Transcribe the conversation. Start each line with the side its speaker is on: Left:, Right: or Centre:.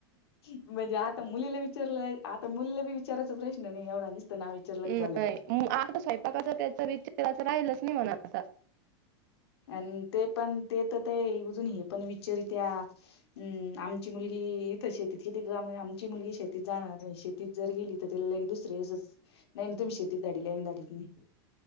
Left: म्हणजे आता मुलीला विचारलंय, आता मुलीला बी विचारायचा प्रश्न नाही एवढा निसत नाव वि चरलक
Right: नाही
Left: झालं.
Right: आता स्वयंपाकाचा त्याचा विचार असं राहिलच नाही म्हणा आता.
Left: आणि तेपण ते तर ते एवजून हे पण विचारत्या. हम्म. आमची मुलगी इथं शेतीत किती आमची मुलगी शेतीत जाणार नाही शेती तीच जर गेली तर त्याला लगे दुसरं असंच नाही ना तुम्ही शेतीत धाडील, आम्ही धाडीत नाही.